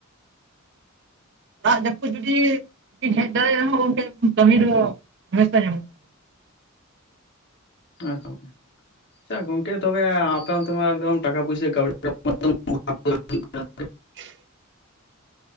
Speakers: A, on the right; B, on the left.
A: ᱫᱟᱜ ᱡᱟᱯᱩᱫ ᱡᱩᱫᱤ ᱵᱤᱱ ᱦᱮᱡ ᱫᱟᱲᱮᱭᱟᱜ ᱨᱮᱦᱚᱸ ᱜᱚᱝᱠᱮ ᱠᱟᱢᱤ ᱫᱚ ᱦᱟᱢᱮᱥᱟ ᱧᱟᱢᱚᱜᱼᱟ᱾
B: ᱟᱪᱪᱷᱟ, <inaudible> ᱟᱪᱪᱷᱟ ᱜᱚᱝᱠᱮ ᱛᱚᱵᱮ ᱟᱯᱮ ᱚᱱᱛᱮ ᱢᱟ ᱮᱠᱫᱚᱢ ᱴᱟᱠᱟ ᱯᱚᱭᱥᱟᱹ ᱠᱟᱹᱣᱰᱤ <inaudible> <inaudible>
A: <unintelligible>